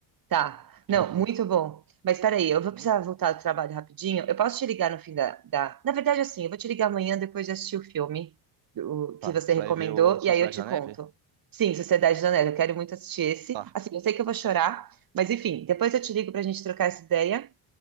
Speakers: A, on the right; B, on the right.
A: Tá. Não,
B: já vi.
A: muito bom. Mas peraí, eu vou
B: Muito
A: precisar voltar
B: bom.
A: do trabalho rapidinho. Eu posso te ligar no fim da, da... Na verdade, assim, eu vou te ligar amanhã depois de assistir o filme do-
B: Tá,
A: que você
B: você
A: recomendou,
B: vai ver o Sociedade
A: e aí eu te
B: da
A: conto.
B: Neve?
A: Sim, Sociedade da Neve, eu quero muito assistir esse.
B: Tá.
A: Assim, eu sei que eu vou chorar, mas enfim, depois eu te ligo pra gente trocar essa ideia